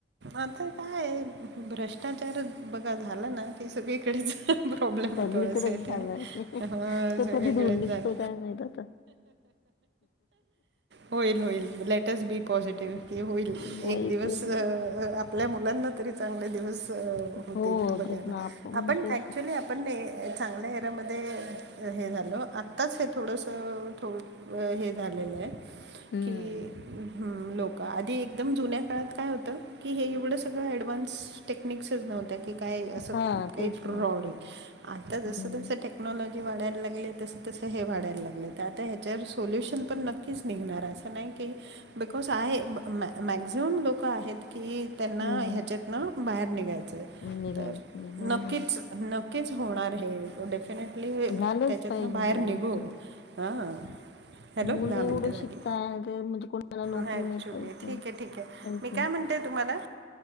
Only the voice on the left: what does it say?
सगळीकडेच
झालंय
तो
कधी धुऊन निघतो
काय माहित आता
वय
तेच
ना
हो
तेच ना
तेच
ना.
हम्म
हा
तेच
ना
हम्म
हम्म
निघायचं
बरोबर
झालंच
पाहिजे
त्या
गोष्टी
मुलं
एवढं
शिकताय ते म्हणजे कोणाला नोकरी
नाही काहीच
नाही
काहीच
नाही